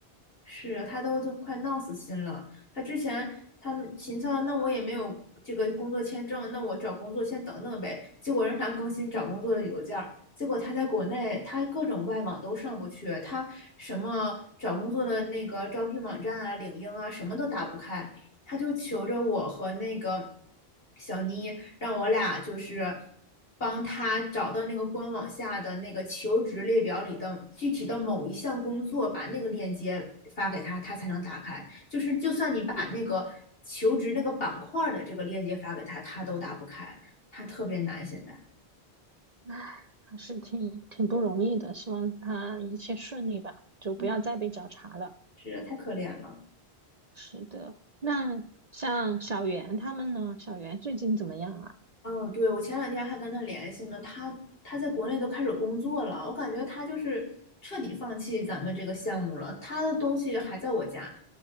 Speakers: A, on the left; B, on the right.
A: 是他都都快闹死心了。他之前他们秦策，那我也没有这个工作签证，那我找工作先等等呗。结果让他更新找工作的邮件儿，结果他在国内他各种外网都上不去，他什么找工作的那个招聘网站啊、领英啊，什么都打不开。他就求着我和那个小妮，让我俩就是帮他找到那个官网下的那个求职列表里的具体的某一项工作，把那个链接发给他，他才能打开。就是就算你把那个求职那个板块的这个链接发给他，他都打不开，他特别难现在。
B: 哎，还是挺挺不容易的，希望他一切顺利吧，就不要再被找茬了。
A: 嗯，是，太可怜了。
B: 是的，那像小袁他们呢？小袁最近怎么样啊？
A: 哦，对，我前两天还跟他联系呢，他他在国内都开始工作了，我感觉他就是彻底放弃咱们这个项目了，他的东西还在我家，